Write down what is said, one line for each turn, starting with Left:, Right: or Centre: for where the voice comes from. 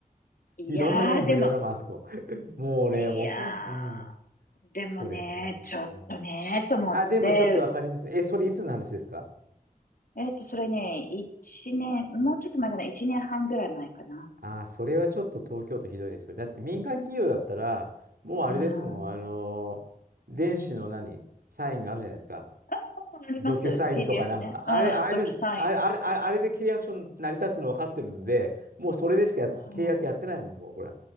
Left: え。いやー、
Right: いろんなもん無料だもん、
Left: でも、
Right: あそこ。<laughs> もうね、
Left: いや
Right: 恐ろしい。うん。
Left: ー、でもね、
Right: そうですね。
Left: ちょっとね、
Right: うん、
Left: と思って、
Right: あ、でもちょっとわかりますね。え、それいつの話ですか
Left: えっと、それね、一年、もうちょっと前かな、一年半ぐらい前かな。
Right: ああ、それはちょっと東京都ひどいですよ。だって民間企業だったら、もうあれですもん、
Left: あ
Right: あのー電子の何、サインがあるじゃないですか。
Left: あ、あります。
Right: ドキュサインとかなんか、
Left: PDF ね。うん、
Right: あれ、ああいうの、
Left: ドキュサイン。
Right: あれ、あれ、あれあれで契約書成り立つの分かってるんで、もうそれでしかや契約やってないもん、
Left: うん。
Right: もうほら。